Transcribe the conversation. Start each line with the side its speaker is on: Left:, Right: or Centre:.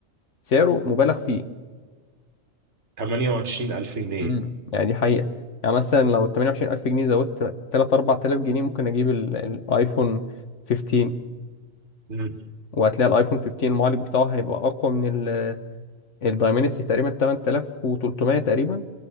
Left: سعره مبالغ فيه
Right: 28000 جنيه
Left: امم يعني دي حقيقه يعني مثلا لو 28000 جنيه زودت 3 4000 جنيه ممكن اجيب ال- الايفون 15
Right: مم.
Left: وهتلاقي الايفون 15 المعالج بتاعه هيبقى اقوى من الدايمنسي تقريبا 8300 تقريبا